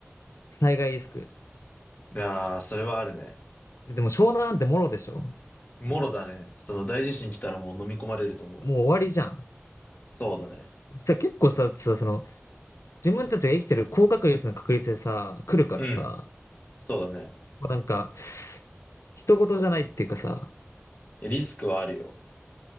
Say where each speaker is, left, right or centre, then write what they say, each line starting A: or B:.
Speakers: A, on the left; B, on the left.
A: 災害リスク。
B: いやー、それはあるね。
A: でも湘南なんてもろでしょ
B: もろだね。その大地震来たらもう飲み込まれると思うよ。
A: もう終わりじゃん。
B: そうだね。
A: さ、結構さ、さ、その、自分たちが生きてる高確率の確率でさ、来るからさ、
B: うん。そうだね。
A: もうなんか、人事じゃないっていうかさ、
B: リスクはあるよ。